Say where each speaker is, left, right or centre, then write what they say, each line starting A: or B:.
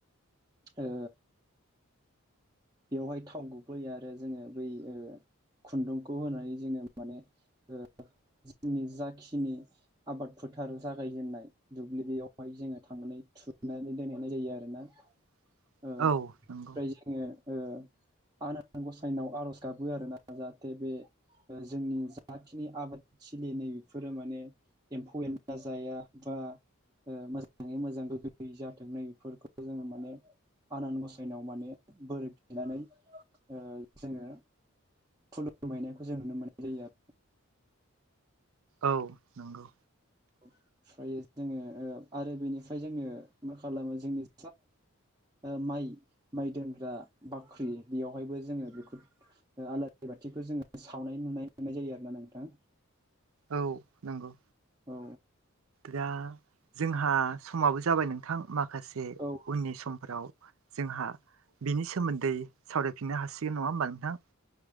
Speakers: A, on the right; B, on the right.
A: ओ बेवहाय थाव गुबै आरो जोङो बै ओ खुन्दुंखौ होनानै जोङो माने ओ जोंनि जाखिनि आबाद फोथार जागाय जेेननाय दुब्लि बेयावहाय जोङो थांनानै थुनानै दोनहैनाय जायो आरोना।
B: <inaudible>
A: ओ ओमफ्राय
B: नंगौ
A: जोङो ओ आनान गसायनाव आर'ज गाबो आरोना जाहाथे बे ओ जोंनि जाखिनि आबादथिलि नै बेफोरो माने एम्फौ एनला जाया बा ओ मोजाङै मोजां गोग्गोयै जाथों नै बेफोरखौ जोङो माने आनान गसाइनाव माने बोर बिनानै ओ जोङो खुलुमहैनायखौ जों नुनो मोननाय जायो आरो।
B: औ नंगौ।
A: ओमफ्राय जोङो ओ आरो बेनिफ्राय जोङो मा खालामो जोंनि ओ माइ माइ दोनग्रा बाख्रि बेयावहायबो जोङो बेखौ ओ आलारि बाथिखौ जोङो सावनाय नुनाय मोननाय जायो आरोना नोंथां।
B: औ नंगौ।
A: औ।
B: दा जोंहा समाबो जाबाय नोंथां माखासे
A: औ
B: उननि समफोराव जोंहा बिनि सोमोन्दै सावरायफिननो हासिगोन नङा होमबा नोंथां।